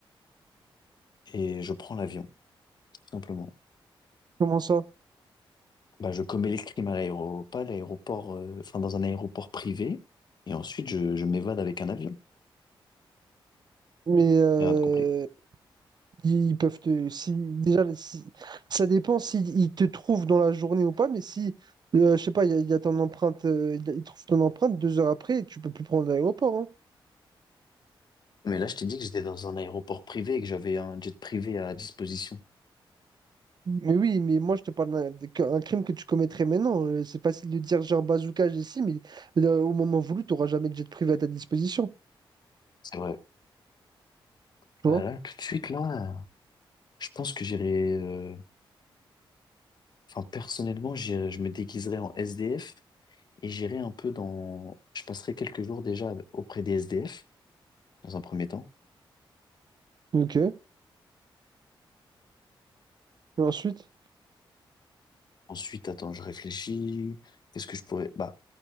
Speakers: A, on the left; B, on the right.
A: et je prends l'avion, tout simplement.
B: Comment ça?
A: Bah, je commets les crimes à l'aéro, pas à l'aéroport, euh, enfin dans un aéroport privé, et ensuite je, je m'évade avec un avion.
B: Mais euh,
A: Et rien de compliqué.
B: Ils peuvent te. Si, déjà, si- ça dépend s'ils te trouvent dans la journée ou pas, mais si, euh, je sais pas, il y a, il y a ton empreinte, euh, il- ils trouvent ton empreinte deux heures après, tu peux plus prendre l'aéroport. hein.
A: Mais là, je t'ai dit que j'étais dans un aéroport privé et que j'avais un jet privé à disposition.
B: Mais oui, mais moi, je te parle d'un de- qu'un crime que tu commettrais maintenant. Euh, C'est facile de dire j'ai un bazooka, j'ai ci, mais euh, au moment voulu, tu n'auras jamais de jet privé à ta disposition.
A: C'est vrai.
B: Tu
A: Bah
B: vois?
A: là, tout de suite, là, je pense que j'irai. euh, Enfin, personnellement, j'irai- je me déguiserai en SDF et j'irai un peu dans. Je passerai quelques jours déjà auprès des SDF, dans un premier temps.
B: Ok. Et ensuite,
A: Ensuite, attends, je réfléchis. Qu'est-ce que je pourrais. Bah,